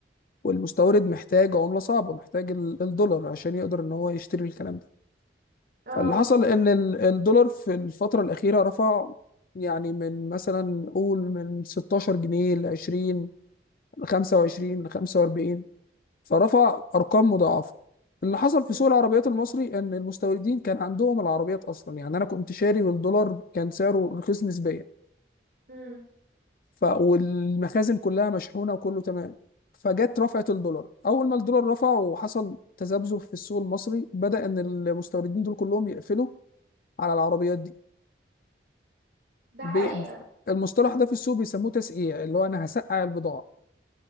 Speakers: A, on the left (about 50°); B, on the right (about 65°).
A: والمستورد محتاج عملة صعبة محتاج ال- الدولار عشان يقدر ان هو يشتري الكلام ده
B: اه
A: فاللي حصل ان ال- الدولار في الفترة الأخيرة رفع يعني من مثلا قول من 16 جنيه ل 20 ل 25 ل 45 فرفع أرقام مضاعفة اللي حصل في
B: أمم،
A: سوق العربيات المصري ان المستوردين كان عندهم العربيات اصلا يعني انا كنت شاري والدولار كان سعره رخيص نسبيا
B: أمم،
A: ف والمخازن كلها مشحونة وكله تمام فجت رفعت الدولار اول ما الدولار رفع وحصل تذبذب في السوق المصري بدأ ان المستوردين دول كلهم يقفلوا على العربيات دي
B: ده
A: بي
B: حقيقه
A: المصطلح ده في السوق بيسموه تسقيع اللي هو انا هسقع البضاعه